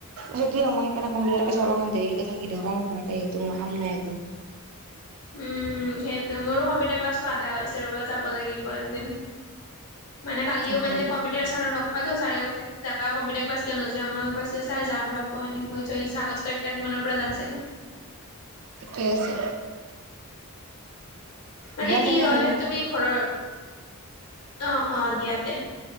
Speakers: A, on the right; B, on the left.
A: সেইটোয়ে মই সেইকাৰণে কম্পিউটাৰ ক্লাছত অলপমান দেৰিলৈকে থাকি দিওঁ কাৰন ঘৰত আহিওটো মোৰ কাম নাই একো একো।
B: উম' সেইটো মোৰো কম্পিউটাৰ ক্লাছটো আধা হৈ আছে ৰ'বা যাব লাগিব একদিন। মানে কালিও
A: সেইটোৱে
B: মানে কম্পিউটাৰ চাৰক লগ পালো চাৰে কৈছে- যাবা কম্পিউটাৰ ক্লাছ কিয় নোযোৱা মই কৈছো ছাৰ যাম ৰ'ব এনেই কৈ থৈ দিছো আগষ্টৰ এক তাৰিখ মানৰ পৰা যাম চাগে।
A: ঠিকেই আছে।
B: মানে
A: দিয়া
B: কি
A: তেনেহলে
B: হয় তুমি ঘৰৰ অঁ অঁ দিয়া তে-